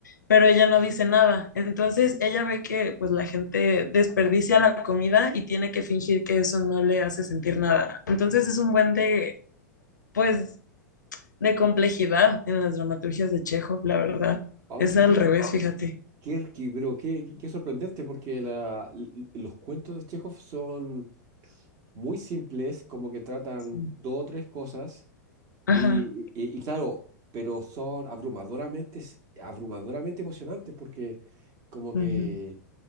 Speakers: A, on the left; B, on the right.
A: pero ella no dice nada. Entonces ella ve que pues la gente desperdicia la comida y tiene que fingir que eso no le hace sentir nada. Entonces es un buen de, pues, de complejidad en las dramaturgias de Chekhov, la verdad.
B: Ah,
A: Es
B: qué,
A: al
B: qué-
A: revés, fíjate.
B: qué- qué- pero qué, qué- qué sorprendente, porque la- l- l- los cuentos de Chekhov son muy simples, como que tratan
A: Sí.
B: dos o tres cosas,
A: Ajá.
B: y, y- y claro, pero son abrumadoramente, s- abrumadoramente emocionantes, porque como
A: ujú.
B: que,